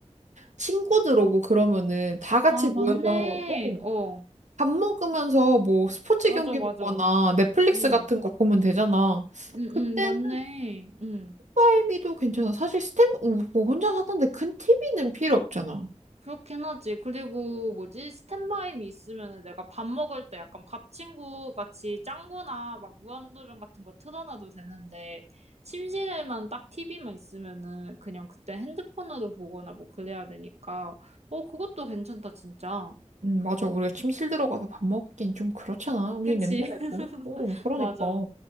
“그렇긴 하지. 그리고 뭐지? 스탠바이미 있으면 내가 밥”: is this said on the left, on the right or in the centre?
Right